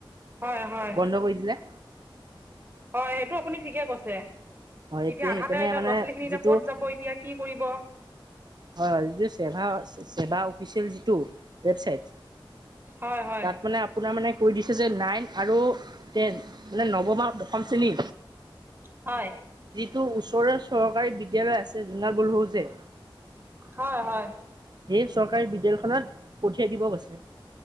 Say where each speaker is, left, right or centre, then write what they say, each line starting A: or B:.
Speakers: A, on the right (about 25°); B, on the right (about 50°).
A: হয় হয়
B: বন্ধ কৰি দিলে।
A: হয় সেইটো আপুনি ঠিকে কৈছে
B: হয়
A: এতিয়া আধাতে
B: সেইকাৰণে
A: এতিয়া
B: মানে
A: ল'ৰা ছোৱালী খিনি এতিয়া
B: যিটো
A: কত যাব এতিয়া কি কৰিব
B: হয় হয় যদি চেৱা চেৱা। দিছিল যিটো ৱেবচাইট
A: হয় হয়
B: তাত মানে আপোনাৰ মানে কৈ দিছে যে নাইন আৰু টেন মানে নৱমা দশম শ্ৰেণী
A: হয়।
B: টো ওচৰৰে চৰকাৰী বিদ্য়ালয় আছে জোন বোলো যে
A: হয় -হয়
B: এই চৰকাৰী বিদ্যালয়খনত পঠিয়াই দিব গৈছে